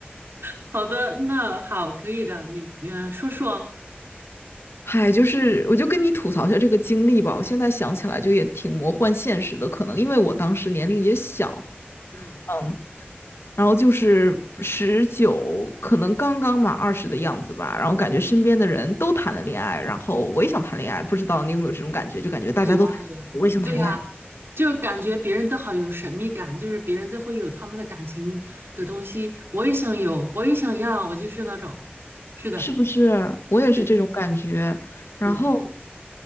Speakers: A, on the right; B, on the left.
A: 好的，那好，可以的。你嗯、呃说说。
B: 嗨，就是我就跟你吐槽一下这个经历吧。我现在想起来就也挺魔幻现实的，可能因为我当时年龄也小，
A: 嗯，
B: 嗯，然后就是十九，可能刚刚满二十的样子吧。然后感觉身边的人都谈了恋爱，然后我也想谈恋爱，不知道你有没有这种感觉？就感觉大家都谈，
A: 有啊有啊，
B: 我也想谈恋爱，
A: 对呀、就感觉别人都好有神秘感，就是别人都会有他们的感情的东西，我也想有，我也想要，我就是那种。是的。
B: 是不是？我也是这种感觉。
A: 对。
B: 然后，
A: 对，